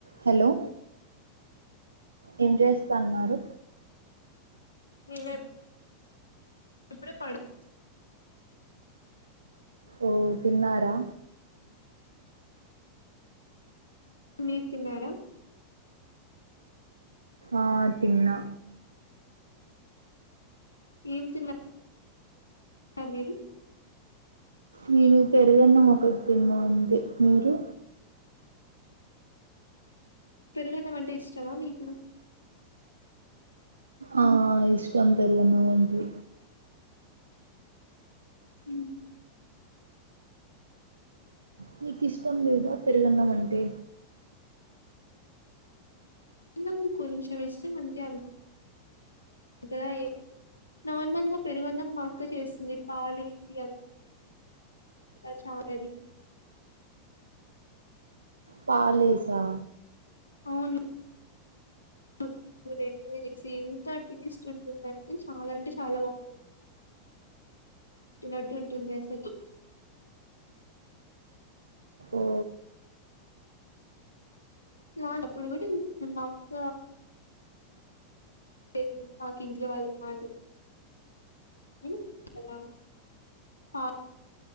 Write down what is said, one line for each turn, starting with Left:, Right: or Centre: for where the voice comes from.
Right: హలో ఏం చేస్తాన్నారు
Left: ఏం లే ఇప్పుడే పడుకో
Right: ఓ తిన్నారా
Left: మీరు తిన్నారా
Right: ఆ తిన్నా
Left: ఏం తిన్నారు స మీరు
Right: నేను పెరుగన్నం ఒకటి తిన్నా అంతే మీరు
Left: పెరుగన్నం అంటే ఇష్టమా మీకు
Right: ఆ ఇష్టం పెరుగన్నం అంటే
Left: హ
Right: మీకు ఇష్టం లేదా పెరుగన్నం అంటే
Left: ఎ కొంచెం ఇష్టం అంతే అంతగా నార్మల్ గా పెరుగన్నం మా అక్క చేస్తది పాలేసి అ చాది
Right: పాలేసా
Left: అవును నువ్వు రెండో వేసి ఎంత టేస్ట్ ఉంటుందింటే చాలా అంటే చాలా బాగుంది నటు ఉంటదీ అస్సలు
Right: ఓ
Left: ఇ ఇప్పుడు కూడా మత్త చేని మాకు ఇంట్లో వాళ్ళకి మాట ఉ ఎలా ఆ